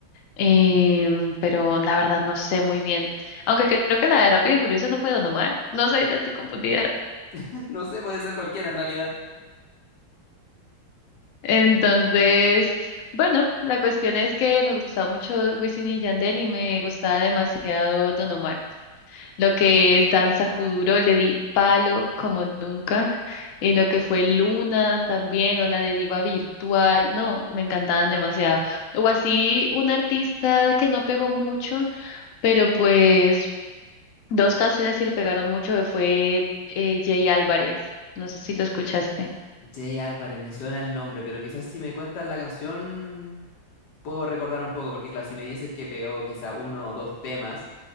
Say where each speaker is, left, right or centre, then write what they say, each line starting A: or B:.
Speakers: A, on the left (about 85°); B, on the left (about 65°).
A: em, pero la verdad no sé muy bien. Aunque creo que la de rápidos y furiosos no fue Don Omar. No sé, ya estoy confundida.
B: <laughs> No sé, puede ser cualquiera en realidad.
A: Entonces, bueno, la cuestión es que me gustaba mucho Wisin y Yandel y me gustaba demasiado Don Omar. Lo que es Danza Kuduro le di palo como nunca. Y lo que fue Luna también, o la de Diva Virtual, no, me encantaban demasiado. O así un artista que no pegó mucho, pero pues dos canciones sí le pegaron mucho, que fue eh, Jay Álvarez. No sé si lo escuchaste.
B: Jay Álvarez, me suena el nombre, pero quizás si me cuentas la canción puedo recordar un poco, porque claro, si me dices que pegó quizá uno o dos temas.